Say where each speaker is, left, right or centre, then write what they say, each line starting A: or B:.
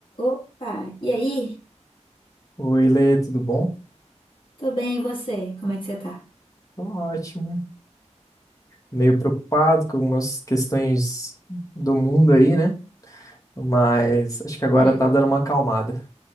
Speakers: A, on the left (about 45°); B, on the left (about 30°).
A: Opa, e aí?
B: Oi, Lê, tudo bom?
A: Tô bem, e você? Como é que você tá?
B: Tô ótimo. Meio preocupado com algumas questões do mundo aí, né? Mas acho que agora
A: Ah,
B: tá dando uma acalmada.